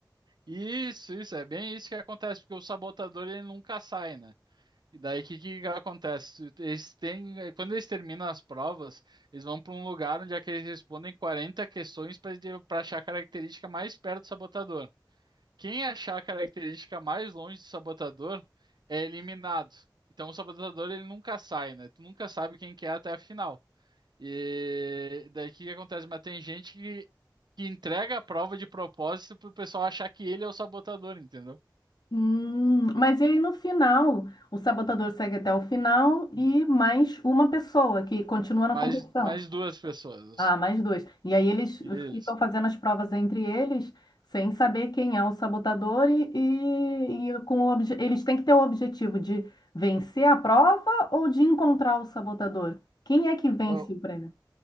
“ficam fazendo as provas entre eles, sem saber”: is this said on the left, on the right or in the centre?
Left